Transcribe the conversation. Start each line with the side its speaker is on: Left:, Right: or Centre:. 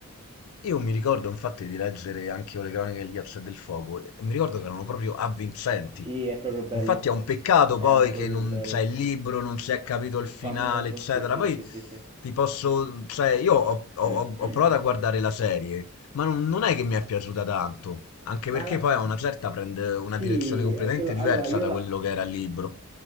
Left: Io mi ricordo infatti di leggere anche io le cronache del ghiaccio e del fuoco e mi ricordo che erano proprio avvincenti.
Right: Sì, è proprio bello.
Left: Infatti è un peccato
Right: Era
Left: poi
Right: proprio
Left: che non
Right: bello.
Left: c'è il libro, non si è capito il
Right: Il
Left: finale,
Right: famoso,
Left: eccetera.
Right: sì, sì,
Left: Poi
Right: sì, sì, sì.
Left: ti posso, cioè io ho, ho-
Right: <clears throat>
Left: ho provato a guardare la serie, ma non, non è che mi è piaciuta tanto, anche
Right: Ma
Left: perché
Right: la-
Left: poi a una certa prende una
Right: sì,
Left: direzione completamente
Right: eh, quello- allora
Left: diversa
Right: io
Left: da
Right: la...
Left: quello che era il libro,